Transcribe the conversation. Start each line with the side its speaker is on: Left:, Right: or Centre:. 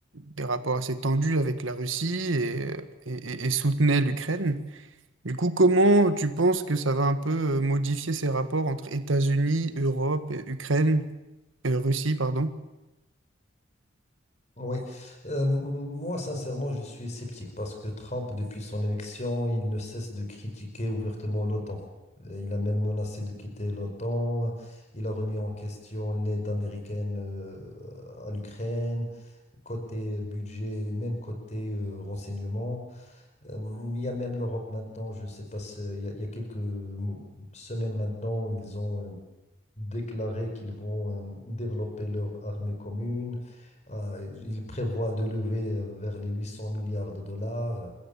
Right: des rapports assez tendus avec la Russie et, et, et- et soutenait l'Ukraine. Du coup, comment tu penses que ça va un peu euh, modifier ces rapports entre États-Unis, Europe et Ukraine, euh, Russie, pardon?
Left: Oui, Euh, moi sincèrement je suis sceptique parce que Trump, depuis son élection, il ne cesse de critiquer ouvertement l'OTAN. Euh, Il a même menacé de quitter l'OTAN, il a remis en question l'aide américaine euh, à l'Ukraine, côté budget, même côté euh, renseignement. Euh, il y a même l'Europe maintenant, je ne sais pas, c'est- il y a, il y a quelques mo- semaines maintenant, ils ont euh, déclaré qu'ils vont euh, développer leur armée commune. Euh, ils prévoient de lever euh, vers les 800 milliards de dollars,